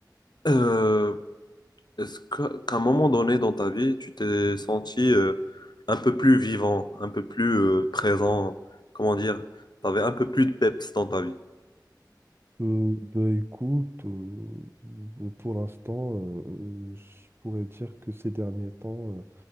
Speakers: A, on the left (about 70°); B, on the right (about 30°).
A: Euh, est-ce que, qu'à un moment donné dans ta vie, tu t'es senti euh, un peu plus vivant, un peu plus euh, présent, comment dire, tu avais un peu plus de peps dans ta vie?
B: Euh, bah, écoute, euh, euh, pour l'instant, euh, euh, je pourrais dire que ces derniers temps euh,